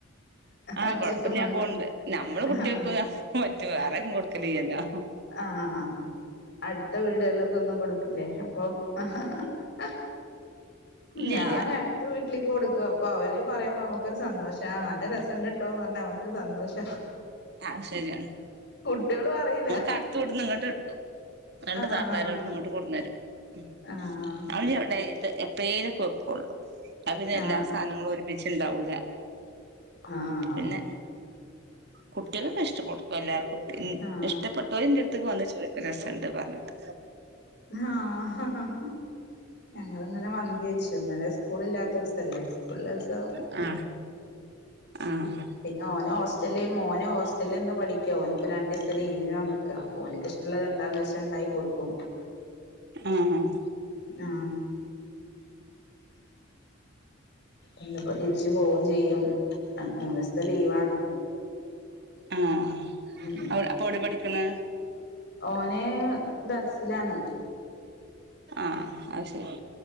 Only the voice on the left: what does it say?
വെച്ചിട്ട്
മ
ആഹ്
ആആ അടുത്ത വീടുകളിലൊന്നും കൊടുത്തില്ലേ അപ്പൊ ഹ ഹ ഹ
ഞാന്
ത്ത വീട്ടിലേക്ക് കൊടുക്കും അപ്പൊ അവര് പറയുമ്പോ നമുക്കൊരു സന്തോഷ, ആ നല്ല രസണ്ട് ഇട്ടോന്ന് പറഞ്ഞാൽ നമുക്കൊരു സന്തോഷ
കുട്ട്യോള് പറയില്ല
ആഹ്
ആഹ്
ആഹ്
ആഹ്
ആഹ്
ആഹ്
ആഹ് ഞങ്ങള് ഇന്നലെ മന്തി
ഇന്നലെ സ്കൂളില്ലാത്ത ദിവസല്ലേ സ്കൂളുള്ള ദിവസം
പിന്നെ ഓന് ഹോസ്റ്റല് മോന് ഹോസ്റ്റലിനിന്ന് പഠിക്ക ഓനി ഇപ്പോ രണ്ടിസ്ത്തെ ലീവിന് വന്നക്കാ അപ്പൊ ഓന്ക്കിഷ്ടം ള്ളത് എന്താന്ന് വെച്ചാ ഉണ്ടായി കൊടുക്കും
ഉം ആഹ് ഇന്നിപ്പോ തിരിച്ചു പോവും ചെയ്യും മൂന്നിസ്ത്തെ ലീവാണ്
ഉം
ഓനെ ദർസിലാണ്